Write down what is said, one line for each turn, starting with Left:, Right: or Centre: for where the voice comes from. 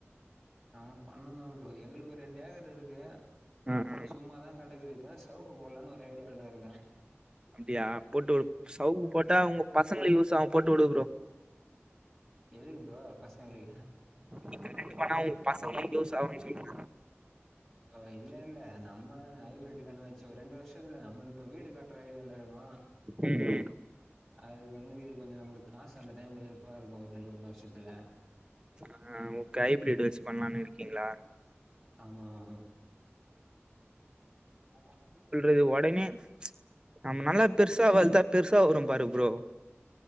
Centre: ஆ பண்ணுந்தா ப்ரோ எங்ளுக்கு ஒரு ரெண்டேக்கர் இருக்கு
Right: ஆ ஆ
Centre: சும்மாதா கடக்குது இப்ப சவுக்கு போட்லான் ஒரு ஐடியாலருக்கே
Right: அப்டியா போட்டு சவுக்கு போட்டா ஒங்க பசங்களுக்கு யூஸாகு போட்டுடு ப்ரோ
Centre: எதுக்கு ப்ரோ பசங்களுக்கு
Right: <unintelligible> பண்ணா‌ ஒ பசங்ளுக்கு யூஸ் ஆகுன் சொல்றே
Centre: ஓ இல்லெல்ல நம்ம ஹைபிரட்டு கன்னு வச்சு ஒர் ரெண்டு வர்ஷத்துல நம்ளு இப்ப வீடு கட்ற ஐடியாலருக்கோ
Right: வீடு
Centre: அதுக் தகுந்த மாரி கொஞ்சொ நம்ளுக்கு காசு அந்த டைம்ல எல்பாருக்கு ஒரு ரெண்டு மூணு வர்ஷத்துல
Right: ஆ ஓகே ஹைபிரிட் யூஸ் பண்லான் இருக்கீங்ளா?
Centre: ஆமாங்க ப்ரோ
Right: இது ஒடனே நம்நல்லா பெர்சா வள்த்தா பெர்சா வருபாரு ப்ரோ